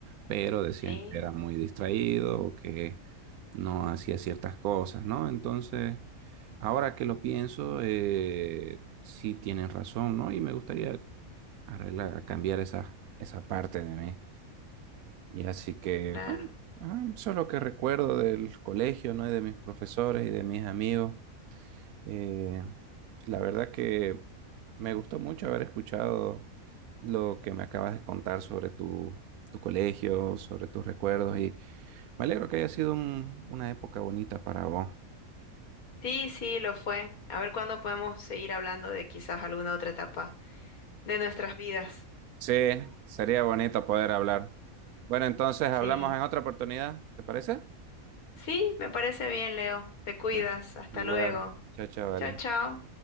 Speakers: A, on the right; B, on the left.
A: Pero decían
B: Sí,
A: que era muy distraído o que no hacía ciertas cosas, ¿no? Entonces, ahora que lo pienso, eh, sí tienen razón, ¿no? Y me gustaría arreglar, cambiar esa, esa parte de mí. Y así que,
B: claro.
A: bueno, ah, eso es lo que recuerdo del colegio, ¿no? Y de mis profesores y de mis amigos. Eh, la verdad que me gustó mucho haber escuchado lo que me acabas de contar sobre tu, tu colegio, sobre tus recuerdos y me alegro que haya sido un- una época bonita para vos.
B: Sí, sí, lo fue. A ver cuándo podemos seguir hablando de quizás alguna otra etapa de nuestras vidas.
A: Sí, sería bonito poder hablar. Bueno, entonces hablamos
B: Sí,
A: en otra oportunidad, ¿te parece?
B: sí, me parece bien, Leo. Te cuidas.
A: Bueno,
B: Hasta
A: igual.
B: luego.
A: Chao, chao, vale.
B: Chao, chao.